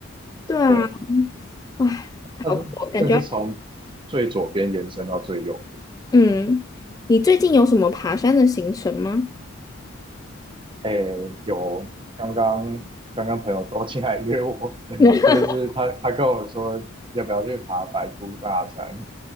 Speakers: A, on the left (about 15°); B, on the right (about 25°).
A: 对啊，
B: 对，
A: 哇，
B: 它是真的是从最左边延伸到最右
A: 好酷哦感觉要嗯，你最近有什么爬山的行程吗？
B: 哎，有刚刚刚刚朋友周进来约我，
A: <laughs>
B: <laughs> 这就是他他跟我说要不要去爬白姑大山。